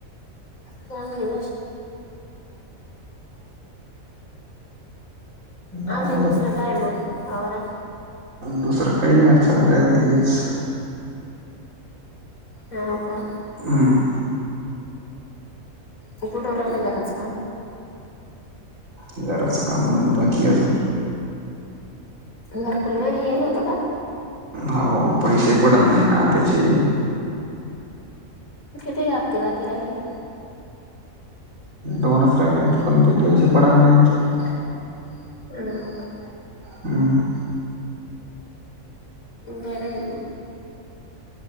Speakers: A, on the left; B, on the right.
A: चांगली <unintelligible>
B: आता
A: अजून दुसरं काय मग वावरात?
B: दुसरं काही नाही आता सध्या हेच
A: ह का?
B: हम्म
A: कुठवर आलं घराच काम?
B: घराचं काम पण बाकी आहे अजून.
A: घरकुल मिळालं होत का?
B: हो पैसे पडत नाही ना त्याचे,
A: किती हप्ते बाकी राहिले?
B: दोनच राहिले आता पण ते पैसे पडना त्यांचे.
A: ह
B: हम्म
A: बरंय मग